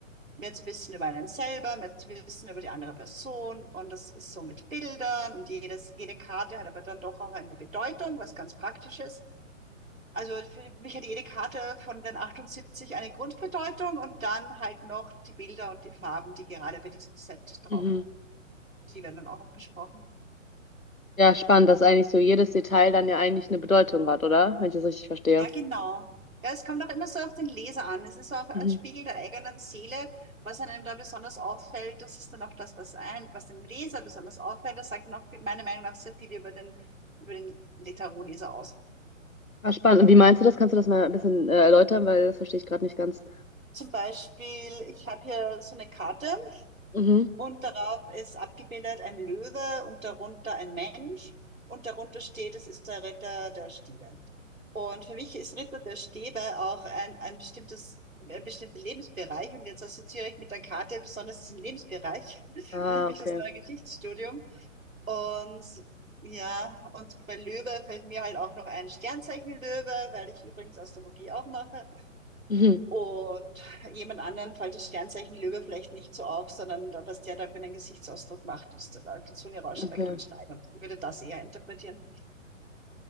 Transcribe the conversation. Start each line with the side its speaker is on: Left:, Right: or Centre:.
Right: mehr zu wissen über einen selber, mehr zu wissen über die andere Person. Und das ist so mit Bildern und jedes, jede Karte hat aber dann doch auch eine Bedeutung, was ganz praktisch ist. Also für mich hat jede Karte von den 78 eine Grundbedeutung und dann halt noch die Bilder und die Farben, die gerade bei diesem Set drauf,
Left: Mhm.
Right: die werden dann auch noch besprochen.
Left: Ja, spannend, dass eigentlich so jedes Detail dann ja eigentlich eine Bedeutung hat, oder? Wenn ich das richtig verstehe.
Right: Ja, genau. Ja, es kommt auch immer so auf den Leser an. Es ist auch ein
Left: Mhm.
Right: Spiegel der eigenen Seele, was einem da besonders auffällt. Das ist dann auch das, was ein, was dem Leser besonders auffällt. Das sagt dann auch viel- meiner Meinung nach sehr viel über den, über den Tarotleser aus.
Left: Ah, spannend. Und wie meinst du das? Kannst du das mal ein bisschen äh, erläutern? Weil das verstehe ich gerade nicht ganz.
Right: Zum Beispiel, ich habe hier so eine Karte.
Left: Mhm.
Right: Und darauf ist abgebildet ein Löwe und darunter ein Mensch. Und darunter steht, es ist der Ritter der Stäbe. Und für mich ist Ritter der Stäbe auch ein, ein bestimmtes, ein bestimmter Lebensbereich. Und jetzt assoziiere ich mit der Karte besonders diesen Lebensbereich, <laughs>
Left: Ah,
Right: nämlich
Left: okay.
Right: das neue Geschichtsstudium. Und ja, und bei Löwe fällt mir halt auch noch ein Sternzeichen Löwe, weil ich übrigens Astrologie auch mache.
Left: Mhm.
Right: Und jemand anderen fällt das Sternzeichen Löwe vielleicht nicht so auf, sondern da- was der da für einen Gesichtsausdruck macht, ist da die Zunge rausstreckt
Left: Okay.
Right: und schreit und ich würde das eher interpretieren.